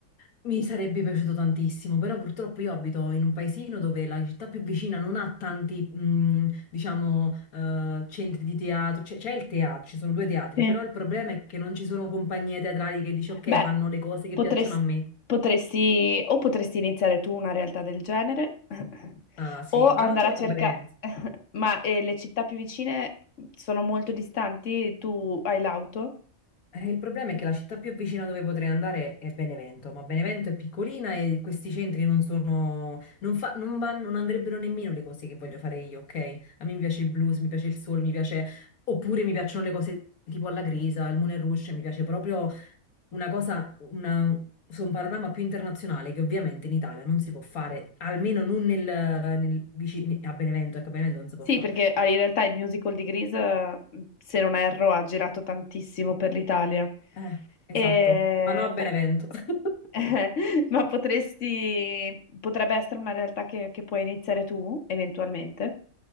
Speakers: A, on the left; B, on the left.
A: Mi sarebbe piaciuto tantissimo, però purtroppo io abito in un paesino dove la città più vicina non ha tanti, mh, diciamo, eh, centri di teatro, c'è c'è il teatro, ci sono due teatri,
B: Sì.
A: però il problema è che non ci sono compagnie teatrali che dici ok,
B: Beh,
A: fanno le cose che
B: potresti,
A: piacciono a me.
B: potresti o potresti iniziare tu una realtà del genere <clears throat> <laughs>
A: Ah sì,
B: o andare
A: ma non c'ho
B: a
A: le
B: cercare,
A: competenze.
B: <clears throat> <laughs> ma eh, le città più vicine sono molto distanti, tu hai l'auto?
A: Eh, il problema è che la città più vicina dove potrei andare è Benevento, ma Benevento è piccolina e questi centri non sono, non fa- non vanno, non andrebbero nemmeno le cose che voglio fare io, ok? A me mi piace il blues, mi piace il soul, mi piace, oppure mi piacciono le cose tipo alla Grisa, al Moulin Rouge, mi piace proprio una cosa, una, su un panorama più internazionale che ovviamente in Italia non si può fare, almeno non nel, nel vicino, a Benevento, ecco, a Benevento non si
B: Sì,
A: può fare.
B: perché ah, in realtà il musical di Grease, eh, se non erro, ha girato tantissimo per l'Italia.
A: Eh, esatto,
B: E-
A: ma no a Benevento.
B: però-
A: <laughs>
B: <laughs> ma potresti, potrebbe essere una realtà che, che puoi iniziare tu, eventualmente.